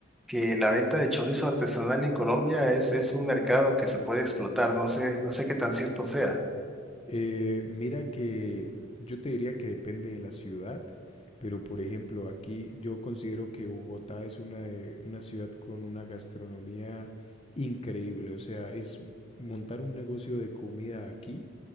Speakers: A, in the centre; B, on the left.
A: que la venta de chorizo artesanal en Colombia es, es un mercado que se puede explotar. No sé, no sé qué tan cierto sea.
B: Eh, mira que yo te diría que depende de la ciudad, pero por ejemplo, aquí yo considero que Bogotá es una, de- una ciudad con una gastronomía increíble. O sea, es montar un negocio de comida aquí,